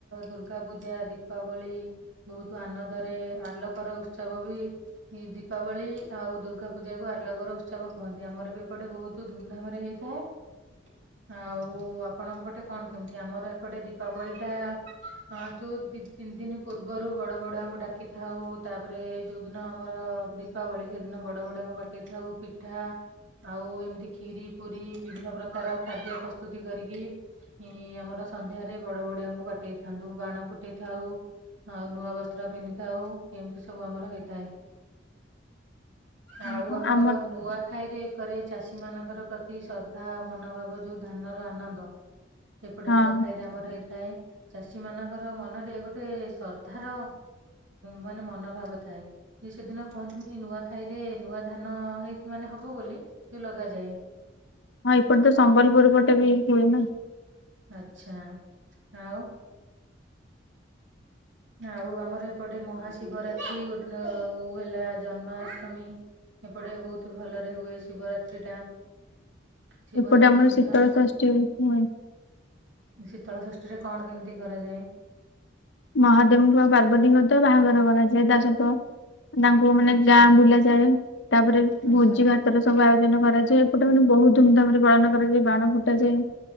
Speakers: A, on the right; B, on the left.
A: ଦୁର୍ଗା ପୂଜା ଦୀପାବଳି। ବହୁତ ଆନନ୍ଦରେ ଆଲୋକର ଉତ୍ସବ ବି ଦୀପାବଳି ଆଉ ଦୁର୍ଗା ପୂଜା ଆଲୋକର ଉତ୍ସବ କୁହନ୍ତି ଆମର ବି ଏପଟେ ବହୁତ ଧୁମଧାମ ରେ ହେଇଥାଏ। ଆଉ ଆପଣଙ୍କ ପଟେ କଣ କେମିତି ଆମର ଏପଟେ ଦୀପାବଳି ଟା ହଁ ଯୋଉ ଦି ତିନି ଦିନ ପୂର୍ବରୁ ବଡ ବଡଆଙ୍କୁ ଡାକିଥାଉ ତାପରେ ଯୋଉ ଦିନ ଆମର। ଦୀପାବଳି ସେଦିନ ବଡ ବଡ଼ୁଆଙ୍କୁ ବାଟେଇ ଥାଉ ପିଠା। ଆଉ ଏମିତି ଖିରି ପୁରୀ ବିଭିନ୍ନ ପ୍ରକାର ଖାଦ୍ୟ ପ୍ରସ୍ତୁତି କରିକି। ହଁ ଆମର ସନ୍ଧ୍ୟାରେ ବଡ ବଡିଆଙ୍କୁ ବାଟେଇ ଥାନ୍ତୁ ବାଣ ଫୁଟେଇ ଥାଉ। ଆଉ ନୂଆ ବସ୍ତ୍ର ପିନ୍ଧିଥାଉ ଏମିତି ସବୁ ଆମର ହେଇଥାଏ। ଆଉ।
B: ଓହୋ, ଆମର
A: ନୂଆଖାଇରେ ଏକରେ ଚାଷୀ ମାନଙ୍କର ପ୍ରତି ଶ୍ରଦ୍ଧା ମନୋଭାବ ଯୋଉ ଧାନର ଆନନ୍ଦ। ଏପଟେ
B: ହଁ
A: ନୂଆ ଖାଇରେ ଆମର ହେଇଥାଏ। ଚାଷୀ ମାନଙ୍କର ମନରେ ଗୋଟେ ଶ୍ରଦ୍ଧାର ମାନେ ମନୋଭାବ ଥାଏ। ଯୋଉ ସେଦିନ ପହନ୍ତିିନି ନୂଆ ଖାଇ ରେ ନୂଆ ଧାନ ହେଇ ମାନେ ହବ ବୋଲି ଯଉ ଲଗାଯାଏ।
B: ହଁ ଏପଟେ ତ ସମ୍ବଲପୁର ପଟେ ବି ହୁଏ ନା।
A: ଆଛା ଆଉ। ଆଉ ଆମର ଏପଟେ ହେଲା ମହାଶିବରାତ୍ରୀ ଗୋଟେ ହେଲା ଜନ୍ମାଷ୍ଟମୀ। ଏପଟେ ବହୁତ ଭଲରେ ହୁଏ ଶିବରାତ୍ରି ଟା ଶିବରାତ୍ରି
B: ଏପଟେ ଆମର
A: ଦିନ
B: ଶୀତଳ ଷଷ୍ଠୀ ହୁଏଁ।
A: ଶୀତଳ ଷଷ୍ଠୀ ରେ କଣ କେମିତି କରାଯାଏ।
B: ମହାଦେବଙ୍କ ପାର୍ବତୀଙ୍କ ତ ବାହାଘର କରାଯାଏ ତା ସହିତ। ତାଙ୍କୁ ମାନେ
A: ଆଚ୍ଛା
B: ଗାଁ ବୁଲା ଯାଏ ତାପରେ
A: ଆଚ୍ଛା
B: ଭୋଜି ଭାତ। ଗତ ସୁ ଆୟୋଜନ କରାଯାଏ ଏପଟେ ମାନେ ବହୁତ ଧୁମଧାମ ରେ ପାଳନ କରାଯାଏ ବାଣ ଫୁଟାଯାଏ।